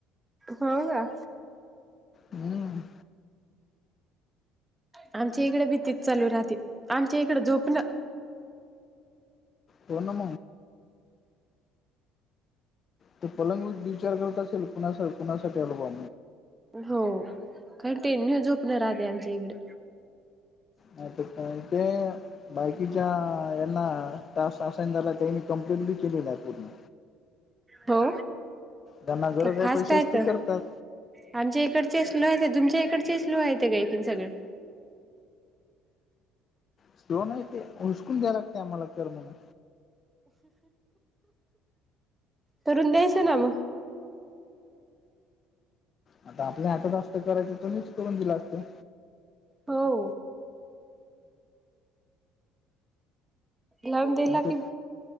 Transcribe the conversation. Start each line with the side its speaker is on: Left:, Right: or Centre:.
Right: हो का
Left: हम्म
Right: आमच्या इकडे भीतीच चालू राहते आमच्या इकडं झोपणं.
Left: पोर्णम ते पलंग विचार करत असेल कुणा कुणासाठीव बा
Right: हो कारण टेन्यू झोपणार राहते आमच्या इकडे
Left: ह ते का ते बायकीच्या यांना तास असान झाला त्यांनी कंप्लेट बी केले नाही आहे पूर्ण
Right: हो
Left: त्यांना गरज
Right: तर
Left: आहे
Right: फास्ट
Left: पैसेच
Right: आहेत
Left: ते करतात.
Right: आमच्या इकडचे स्लो आहेत तुमच्या इकडचे स्लो आहेत कायकन सगळे
Left: शव नाही ते हसकून द्याय लागते आम्हाला तर म्हणून
Right: तरुण द्यायचं ना मग
Left: आता आपल्या हात जा असतं करायचं तर मीच करून दिला असतो.
Right: हो लावून द्याला
Left: पण ते
Right: की